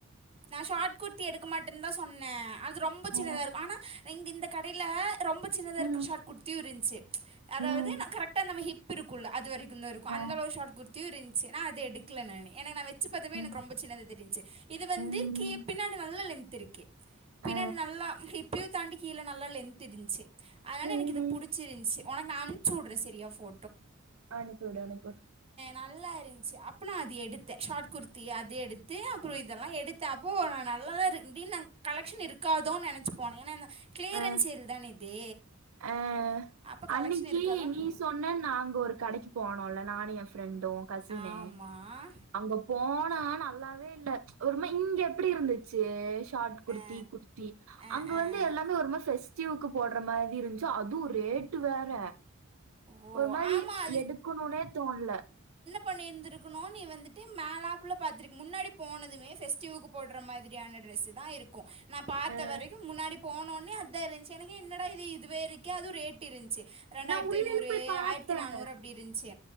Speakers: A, on the right (about 30°); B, on the right (about 75°).
A: நான் ஷார்ட் குர்த்தி எடுக்க மாட்டேன்னு தா சொன்னே ஆன ரொம்ப
B: ஆ,
A: சின்னதா இருக்கு ஆனா நீங்க இந்த கடெய்ல ரொம்ப சின்னதா இருக்குற
B: ம்,
A: ஷாட் குர்த்தியு இருந் சேரி ம்ச் அதாவது
B: ம்,
A: நா கரெக்ட்டா நம்ம ஹிப் ஹிப் இருக்குள்ள அது வரைக் குந்து இருக்கு.
B: ஆ,
A: அந்தளவு ஷாட் குர்த்தியு இருந் சி அத எடுக்குல நானு. ஏன்னா வெச் வெச்சி பாத்தப்பவே
B: ம்,
A: எனக்கு ரொம்ப சின்னதா தெரிஞ்ச்சி இப் வந்து
B: ம்,
A: கி பின்னாடி நல்ல லென்த் பாத்திருக்கே பின்னாடி
B: ஆ,
A: நல்லா ஹிப்யூ தாண்டி கீழ நல்லா லென்த் தெரிஞ்சிச்சு அதனால
B: ம்.
A: எனக்கு இது புடிச்சிருந்துச்சி. உனக்கு நா அனுப் ச்சூட்றே செரியா ஃபோ
B: அனுப்பி விடு, அனுப்பி விடு
A: நல்லா இருந்த்ச்சி அப் ப நா அது எடுத்தே. ஷாட் குர்த் தி அது எடுத்து அப்றொ இது தெல்லா எடுத்தே அப்போ நா நல்லாதா இரு இதீன் நாங் கலெக்ஷன் இருக்காதோன் நெனைச்சி போனே. ஏன்னா என்ன க்ளியரன்ஸ்
B: ஆ,
A: சேல் தான இது
B: ஆ
A: அப்போ
B: அன்னக்கி
A: கலெக்ஷன் இருக்காதோன்னு
B: நீ சொன்னன் நாங்கொரு கடக்கி போனோ நானு என் ஃப்ரெண் டோ கசினு
A: ஆமாம்
B: அங்க போனா நல்லாவே இல்ல ச்ச் ஒருமார் இங்கெப்பிடி இருந்தூச்சி? டாட் குருத்தி
A: ஆ
B: குர்த்தி.
A: ஆ
B: அங்க
A: ஆ
B: வந்து எல்லாமே ஒரு மார் பெஸ்டிவ்க்கு போர்ட்ற மா ரி இருந்ச்சா அதுவு ரேட்டு வேற
A: ஓ
B: ஒரு மாரி
A: ஆமாம்
B: எடுக்கணுனே தோண்ல
A: பண்ணிருந்திருக்குணு நீ வந்துட்டு மேலாப்புல பாத்திருக் முன்னாடி போனதுமே பெஸ்டிவ்க்கு போட்ற மாதிரியான டிரெஸு தா இருக்கோ நா பாத்த
B: அஹ்
A: வரைக்கு முன்னாடி போன ஒன்னே அதா இருந்ச்சி எனக்கு என்னடா இது இதுவே இருக்கே. அதுவு ரேட் இருந்ச்சி ரெண்டாயிர்த்
B: நான் உள்ளேன்னு
A: தி ஐந்நூறு,
B: போய் பார்த்தேன்
A: ஆய்ர்த்தி நானூறு அப்டி இருந்ச்சி ச்